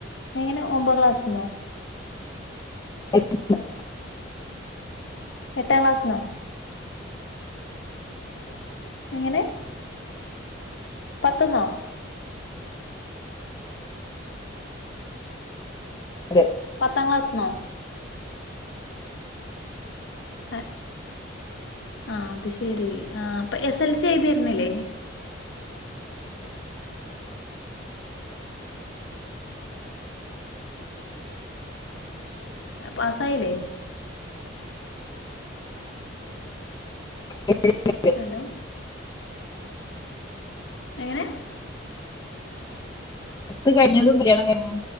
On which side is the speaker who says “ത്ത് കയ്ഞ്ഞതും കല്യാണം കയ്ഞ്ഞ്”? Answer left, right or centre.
Left